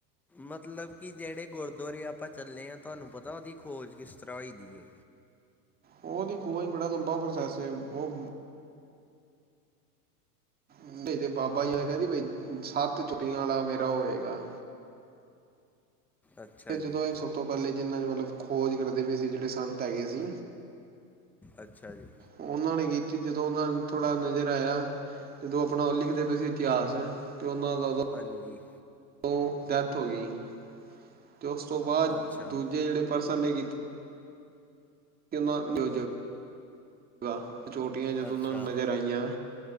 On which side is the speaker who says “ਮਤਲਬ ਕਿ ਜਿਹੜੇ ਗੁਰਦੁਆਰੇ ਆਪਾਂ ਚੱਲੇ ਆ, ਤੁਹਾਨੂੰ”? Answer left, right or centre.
Centre